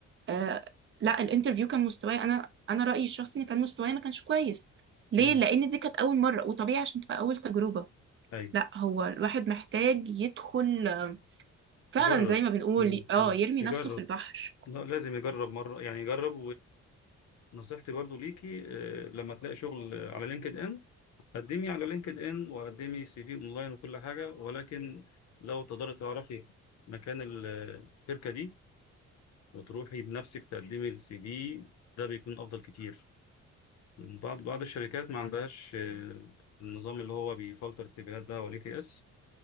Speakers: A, on the right; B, on the left.
A: آه لا الانترفيو كان مستواي انا انا رايي الشخصي ان كان مستواي ما كانش كويس ليه
B: مم.
A: لان دي كانت اول مره وطبيعي عشان تبقى اول تجربه
B: ايوه
A: لا هو الواحد محتاج يدخل آه، فعلا
B: يجرب
A: زي ما بنقول
B: مم.
A: اه
B: مم.
A: يرمي
B: يجرب
A: نفسه في البحر
B: لا لازم يجرب مرة يعني يجرب ونصيحتي برضو ليكي آه، لما تلاقي شغل على لينكد ان قدمي على لينكد ان وقدمي سي في اونلاين وكل حاجة ولكن لو تقدري تعرفي مكان ال- الشركة دي وتروحي بنفسك تقدمي السي في ده بيكون افضل كتير بعض بعض الشركات ما عندهاش آه، النظام اللي هو بيفلتر السيفيهات ده وال تي اس